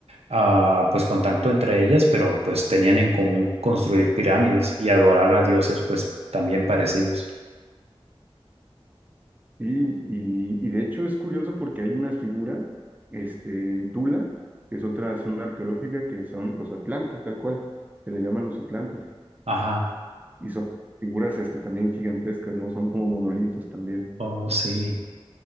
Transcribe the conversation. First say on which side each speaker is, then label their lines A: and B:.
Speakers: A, on the right; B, on the right.
A: ah, pues contacto entre ellas, pero pues tenían en común construir pirámides y adorar a dioses pues también parecidos.
B: Y, y, y de hecho es curioso porque hay unas figuras este, en Tula, que es otra zona arqueológica, que son los atlantes, tal cual, se le llaman los atlantes.
A: Ajá,
B: Y son figuras este, también gigantescas, ¿no? Son como monolitos también.
A: oh sí.